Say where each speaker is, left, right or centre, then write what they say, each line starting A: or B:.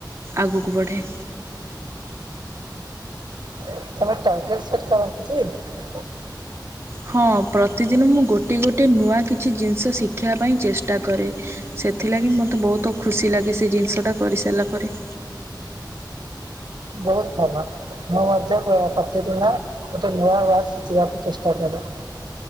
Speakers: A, on the right (about 35°); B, on the right (about 70°).
A: ଆଗକୁ ବଢ଼େ।
B: <unintelligible>
A: ହଁ ପ୍ରତିଦିନ ମୁଁ ଗୋଟେ ଗୋଟେ ନୂଆ କିଛି ଜିନିଷ ଶିଖିବା ପାଇଁ ଚେଷ୍ଟା କରେ। ସେଥିଲାଗି ମୋତେ ବହୁତ୍ ଖୁସି ଲାଗେସେ ଜିନିଷଟା କରିସାରିଲା ପରେ।
B: ବହୁତ୍ ଭଲ। ମୁଁ ମଧ୍ୟ ପ୍ର ପ୍ରତିଦିନ ଗୋଟେ ନୂଆ ଶିଖିବାକୁ ଚେଷ୍ଟା କରେ।